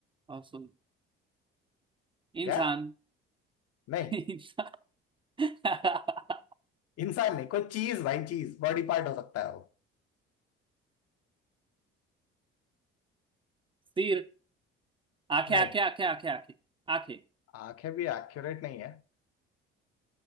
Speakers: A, on the right (about 15°); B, on the left (about 50°).
A: और सॉरी इंसान
B: क्या नहीं
A: <laughs> इंसान <laughs>
B: इंसान नहीं कोई चीज भाई चीज बॉडी पार्ट हो सकता है वो
A: सिर आंखें
B: नहीं
A: आंखें आंखें आंखें आंखें आंखें
B: आंखें भी एक्यूरेट नहीं है